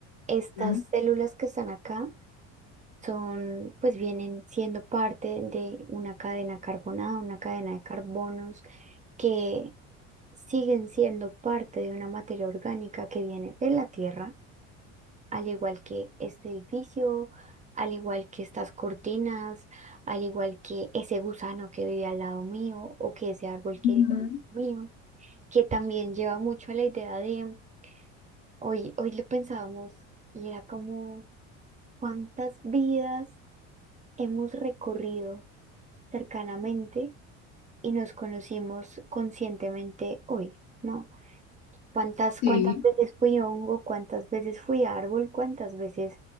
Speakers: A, on the right; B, on the left.
A: estas
B: Mm,
A: células que están acá son, pues vienen siendo parte de una cadena carbonada, una cadena de carbonos que siguen siendo parte de una materia orgánica que viene de la tierra, al igual que este edificio, al igual que estas cortinas, al igual que ese gusano que vive al lado mío o que ese árbol que vive
B: ujú,
A: al lado mío que también lleva mucho a la idea de, hoy, hoy lo pensábamos y era como cuántas vidas hemos recorrido cercanamente y nos conocimos conscientemente hoy, ¿no? ¿Cuántas,
B: Sí,
A: cuántas veces fui hongo, cuántas veces fui árbol, cuántas veces